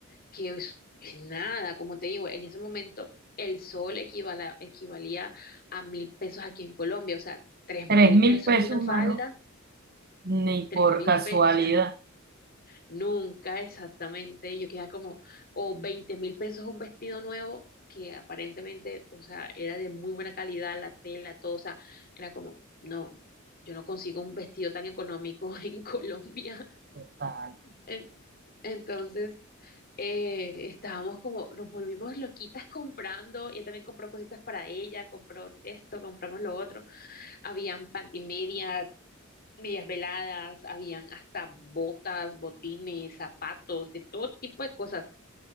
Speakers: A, on the left (about 45°); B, on the right (about 50°).
A: que es, es nada, como te digo, en ese momento el sol equivala- equivalía a mil pesos aquí en Colombia, o sea, tres
B: tres
A: mil
B: mil
A: pesos
B: pesos,
A: una falda,
B: Marro, ni
A: tres
B: por
A: mil
B: casualidad.
A: pesos, Nunca exactamente. Yo quedaba como, o veinte mil pesos un vestido nuevo que aparentemente, o sea, era de muy buena calidad, la tela, todo, o sea, era como, no, yo no consigo un vestido tan económico <laughs> en Colombia.
B: Total.
A: En- Entonces, eh, estábamos como, nos volvimos loquitas comprando, ella también compró cositas para ella, compró esto, compramos lo otro, habían pantimedias, medias veladas, habían hasta botas, botines, zapatos, de todo tipo de cosas.